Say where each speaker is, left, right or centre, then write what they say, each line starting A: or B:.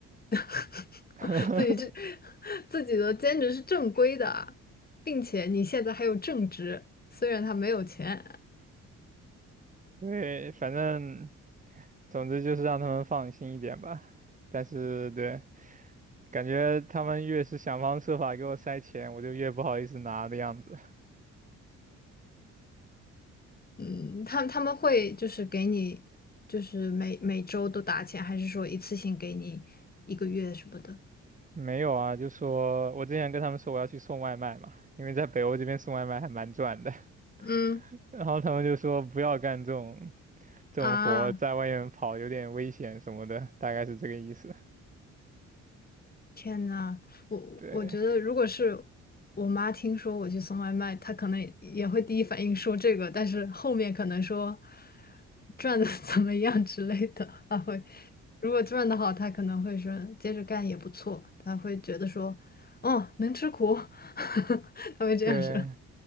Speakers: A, on the left; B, on the right.
A: <laughs>
B: <laughs>
A: 自己这 <laughs> 自己的兼职是正规的，并且你现在还有正职，虽然他没有钱。
B: 对，反正总之就是让他们放心一点吧。但是对，感觉他们越是想方设法给我塞钱，我就越不好意思拿的样子。
A: 嗯，他他们会就是给你就是每每周都打钱，还是说一次性给你一个月什么的？
B: 没有啊，就说我之前跟他们说我要去送外卖嘛，因为在北欧这边送外卖还蛮赚的。
A: 嗯。
B: <laughs> 然后他们就说不要干这种这种活，
A: 啊，
B: 在外面跑有点危险什么的，大概是这个意思。
A: 天呐，我我觉得如果是
B: 对
A: 我妈听说我去送外卖，她可能也会第一反应说这个，但是后面可能说赚的 <laughs> 怎么样之类的，她会，如果赚的好，她可能会说接着干也不错，她会觉得说，哦，能吃苦，<laughs> 她会这样说，
B: 对